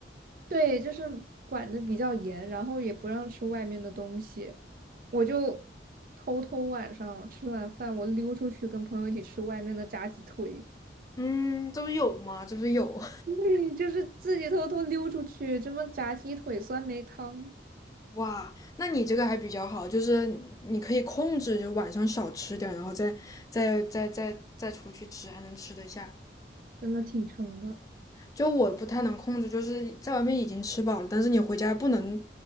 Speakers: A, on the right (about 50°); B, on the left (about 20°).
A: 对，就是管的比较严，然后也不让吃外面的东西，我就偷偷晚上吃完饭，我溜出去跟朋友一起吃外面的炸鸡腿，
B: 嗯，这不是有吗？这不是有。
A: <laughs> 对，就是自己偷偷溜出去，这么炸鸡腿、酸梅汤，
B: <laughs> 哇，那你这个还比较好，就是你可以控制，就晚上少吃点儿然后再再再再再出去吃，还能吃得下。
A: 真的挺撑的。
B: 就我不太能控制，就是在外面已经吃饱了，但是你回家不能